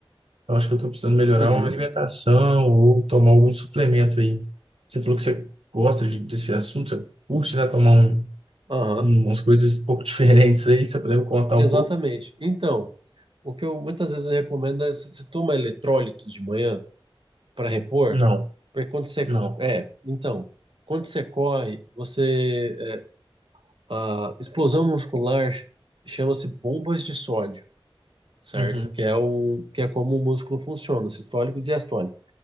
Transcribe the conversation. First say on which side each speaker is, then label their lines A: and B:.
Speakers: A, on the right; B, on the right.
A: Eu acho que eu tô precisando melhorar
B: uhum,
A: uma alimentação ou tomar algum suplemento aí. Você falou que você gosta de- desse assunto, você curte, né? Tomar um
B: aham,
A: um- umas coisas um pouco <laughs> diferentes aí, você poderia me contar
B: exatamente.
A: um pouco?
B: Então, o que eu muitas vezes eu recomendo é você você toma eletrólito de manhã para repor,
A: Não,
B: porque quando você.
A: não.
B: É, então, quando você corre, você. é, A explosão muscular chama-se bombas de sódio, certo?
A: Uhum,
B: Que é, um, que é como o músculo funciona, sistólico e diastólico.